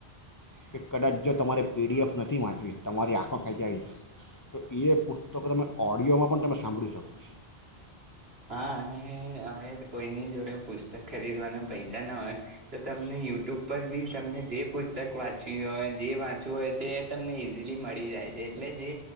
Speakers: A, on the left (about 25°); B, on the right (about 70°).
A: કે કદાચ જો તમારે પીડીએફ નથી વાંચવી તમારી આંખમાં ખેંચ્યા આવી છે તો એ પુસ્તકો તમે ઓડિયોમાં પણ તમે સાંભળી શકો છો
B: હા અને હવે કોઈની જોડે પુસ્તક ખરીદવાના પૈસા ના હોય તો તમને યુ ઉપર બી તમને જે પુસ્તક વાંચવી હોય જે વાંચવું હોય તે તમને ઈઝીલી મળી જાય છે એટલે જે